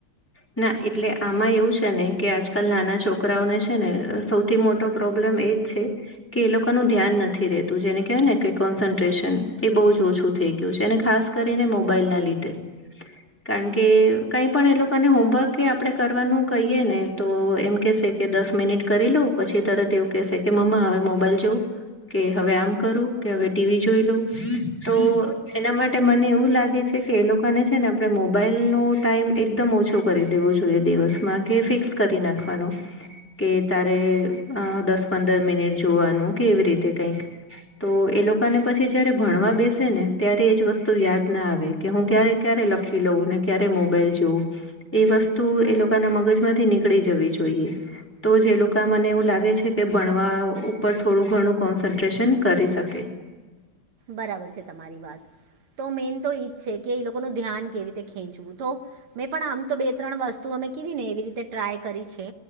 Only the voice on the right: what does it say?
બરાબર છે તમારી વાત. તો મેન તો ઈજ છે કે એ લોકોનું ધ્યાન કેવી રીતે ખેંચવું. તો, મેં પણ આમ તો બે ત્રણ વસ્તુ અમે કીધીને એવી રીતે તે ટ્રાય કરી છે.